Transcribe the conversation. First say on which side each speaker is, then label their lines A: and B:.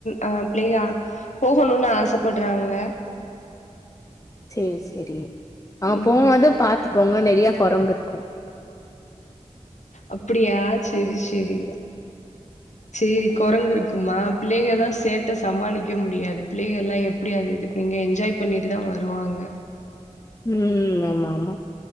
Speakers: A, on the left; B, on the left.
A: அந் பிள்ளைக போகணும்னு ஆசப்படுறாங்க
B: செரி செரி ஆ
A: ம்
B: போம்போது பாத்து போங்க நெறியா குரங்கு இருக்கு
A: அப்புடியா செரி செரி சேரி கொரங்கு இருக்குமா பிள்ளைக தா சேட்ட சமாளிக்க முடியாது பிள்ளைகல்லா எ ப்டி அது இதுக் நீங்க என்ஜாய் பண்ணிட்டு தா வருவாங்க
B: ம் ஆமா ஆமா